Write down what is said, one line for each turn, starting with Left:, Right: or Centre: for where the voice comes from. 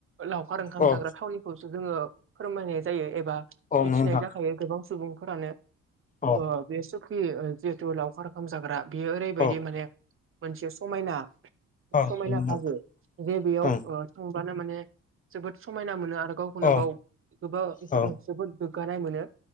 Right: लावखार ओंखाम
Left: अ
Right: जाग्रा थावनिखौ जोङो फोरमायनाय जायो एबा
Left: अ
Right: मिथिनाय
Left: नंगौ नोंथां
Right: जाखायो गोबां सुबुंफोरानो
Left: अ
Right: ओ बे सुकि ओ जिहेथु लावखार ओंखाम जाग्रा बेयो ओरैबायदि
Left: अ
Right: माने मोनसे समायना
Left: अ नंगौ
Right: समायना
Left: नोंथां
Right: हाजो जे बेयाव
Left: ओं
Right: ओ थां बानो माने जोबोद समायना मोनो आरो गावखौनो
Left: औ
Right: गाव गोबां
Left: औ
Right: जोबोद गोगानाय मोनो